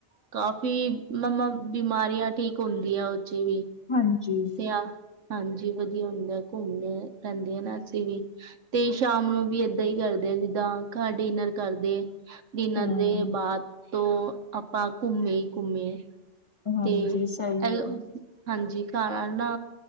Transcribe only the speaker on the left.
ਹਾਂਜੀ
ਹੂੰ,
ਹਾਂਜੀ
ਸਹੀ ਆ।